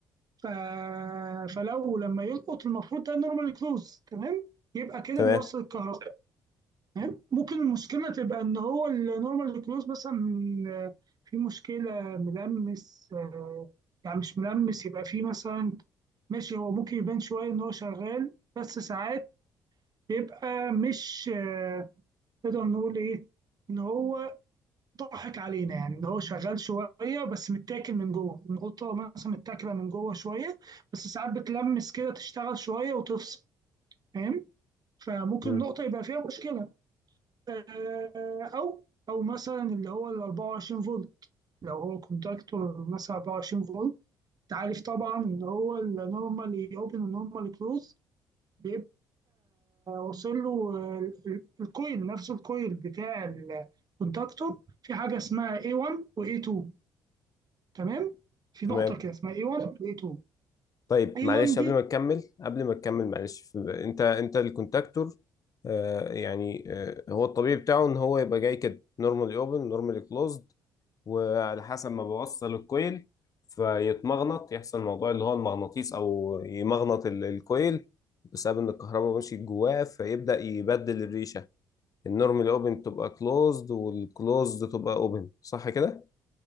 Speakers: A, on the right; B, on the left.
A: ف... فلو لما يلقط المفروض ده نورمال كلوز تمام يبقى كده
B: تمام
A: بيوصل الكهرباء تمام ممكن المشكله تبقى ان هو النورمال كلوز مثلا آه، في مشكله ملمس آه، يعني مش ملمس يبقى في مثلا ماشي هو ممكن يبان شويه ان هو شغال بس ساعات بيبقى مش آه، نقدر نقول ايه ان هو ضحك علينا يعني ان هو شغال شويه بس متاكل من جوه القطه مثلا متاكله من جوه شويه بس ساعات بتلمس كده تشتغل شويه وتفصل فاهم فممكن
B: مم.
A: نقطه يبقى فيها مشكله آه، او او مثلا اللي هو ال 24 فولت لو هو كونتاكتور مثلا 24 فولت انت عارف طبعا ان هو النورمالي اوبن والنورمالي كلوز بيبقى واصل له ال- ال- الكويل نفس الكويل بتاع الكونتاكتور في حاجة اسمها A1 و A2 تمام في
B: تمام
A: نقطة كده اسمها A1 و A2
B: طيب
A: A1
B: معلش
A: دي
B: قبل ما تكمل قبل ما تكمل معلش ف- انت انت الكونتاكتور آه يعني آه هو الطبيعي بتاعه ان هو يبقى جاي كده نورمالي اوبن نورمالي كلوزد وعلى حسب ما بوصل الكويل فيتمغنط يحصل موضوع اللي هو المغناطيس او يمغنط ال- الكويل بسبب ان الكهرباء ماشيه جواه فيبدا يبدل الريشه النورمال اوبن تبقى كلوزد والكلوزد تبقى اوبن صح كده